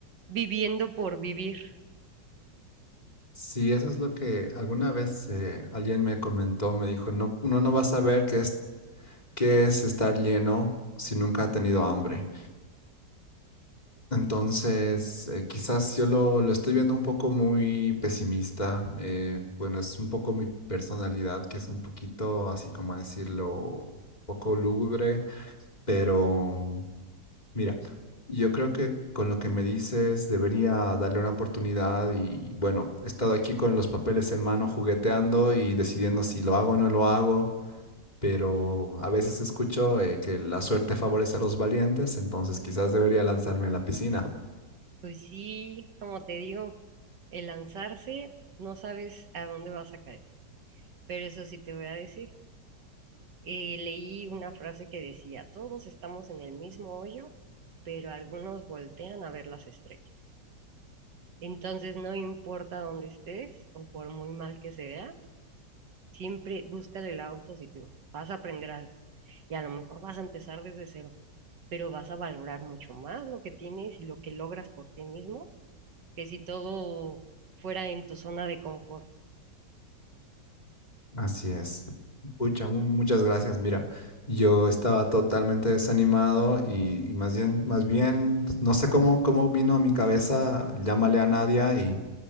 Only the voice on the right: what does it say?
viviendo por vivir.
Pues sí, como te digo, el lanzarse no sabes a dónde vas a caer, pero eso sí te voy a decir. eh, leí una frase que decía, todos estamos en el mismo hoyo, pero algunos voltean a ver las estrellas. Entonces, no importa dónde estés o por muy mal que se vea, siempre busca el lado positivo. Vas a aprender algo y a lo mejor vas a empezar desde cero, pero vas a valorar mucho más lo que tienes y lo que logras por ti mismo que si todo fuera en tu zona de confort.